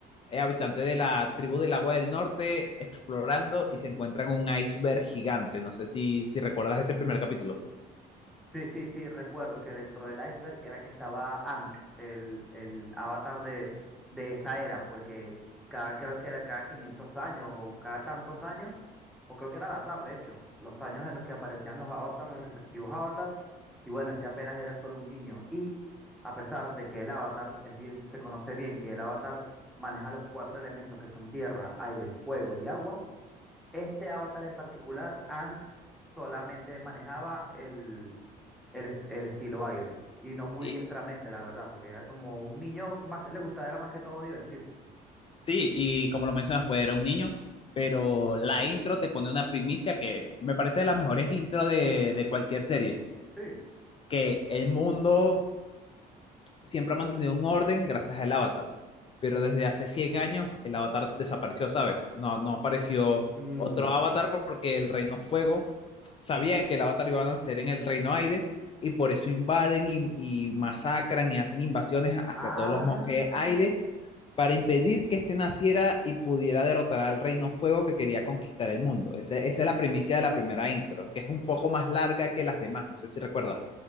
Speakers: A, on the left (about 35°); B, in the centre.
A: eh, habitantes de la tribu del agua del norte explorando y se encuentran un iceberg gigante. No sé si, si recuerdas ese primer capítulo.
B: Sí, sí, sí, recuerdo que dentro del iceberg era que estaba Ankh, el, el avatar de, de esa era, porque cada, creo que era cada 500 años o cada tantos años, o creo que era al azar, de hecho, los años en los que aparecían los avatars, los respectivos avatars, y bueno, este apenas era solo un niño. Y a pesar de que el avatar es bien, se conoce bien que el avatar maneja los cuatro elementos que son tierra, aire, fuego y agua, este avatar en particular, Aang solamente manejaba el, el, es- el estilo aire y no muy
A: Y,
B: diestramente, la verdad, porque era como un niño más que le gustaba era más que todo divertirse.
A: sí, y como lo mencionas, pues era un niño, pero
B: Ujú.
A: la intro te pone una primicia que me parece de las mejores intros de, de cualquier serie,
B: Sí.
A: que el mundo siempre ha mantenido un orden gracias al avatar, pero desde hace 100 años el avatar desapareció, ¿sabes? No, no apareció
B: Mm.
A: otro avatar porque el Reino Fuego sabía que el avatar iba a nacer en el Reino Aire y por eso invaden y, y masacran y hacen invasiones hacia
B: Ah.
A: todos los monjes aire para impedir que este naciera y pudiera derrotar al Reino Fuego que quería conquistar el mundo. Esa, esa es la primicia de la primera intro, que es un poco más larga que las demás, no sé si recuerdas.